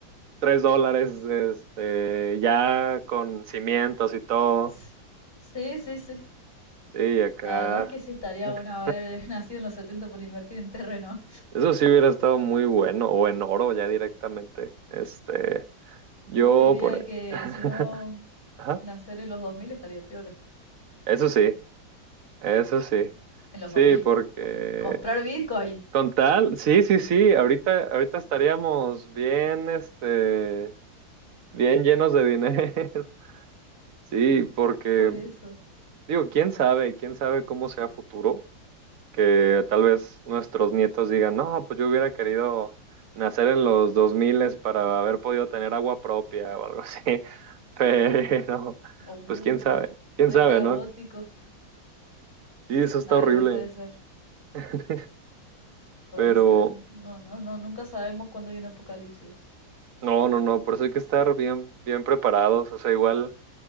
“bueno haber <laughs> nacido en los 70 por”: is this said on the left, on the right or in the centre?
Left